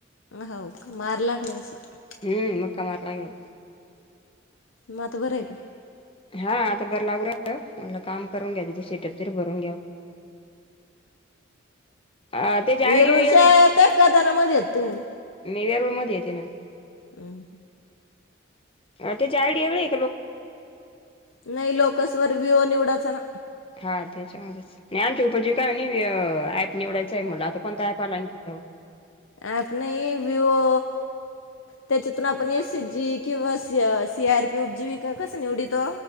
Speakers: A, on the left; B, on the left.
A: ह का मार लागलं असंल.
B: ह मुका मार लागला.
A: म आता बर आहे का?
B: हा आता बरं लागू रा म्हट काम करून घ्या. तिथे सेटअप तरी भरून घ्या. <unintelligible> त्याची आयडी
A: विरूजता
B: वेगळी
A: कदानामध्ये य तुम्ही
B: मी वरुळ मध्ये येते ना
A: हम्.
B: अ ते चार एवढ
A: नाही लोकसवर व्ह्यू निवडाचा ना.
B: <inaudible> नाही आमची उपजीवी काय म्हनी, अ ऍप निवडायचंय म्हणलं, आता कोणता ऍप आला आणखी नवीन?
A: आप नही विवो त्याच्यातून आपण एच एस जी किंवा सिय सि आर पी उपजीविका कस निवडीतो?